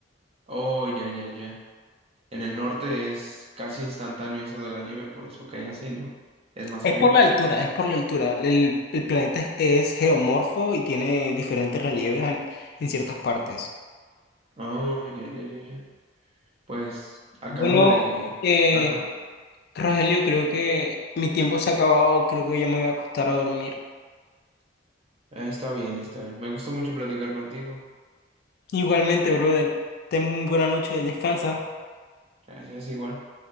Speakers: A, on the right; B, on the left.
A: Oh, ya, ya, ya. En el norte es casi instantáneo eso de la nieve, por eso cae así, ¿no? Es más
B: Es
A: frío.
B: por la altura, es por la altura. El, el planeta es, es geomorfo y tiene diferentes relieves en en ciertas partes.
A: Oh, ya, ya, ya, ya. Pues acá
B: Bueno,
A: donde...
B: eh,
A: Ajá.
B: Rogelio, creo que mi tiempo se ha acabado, creo que ya me voy a acostar a dormir.
A: Ah, Está bien, está bien. Me gustó mucho platicar contigo.
B: Igualmente, brother, ten muy buena noche, descansa.
A: Gracias, igual.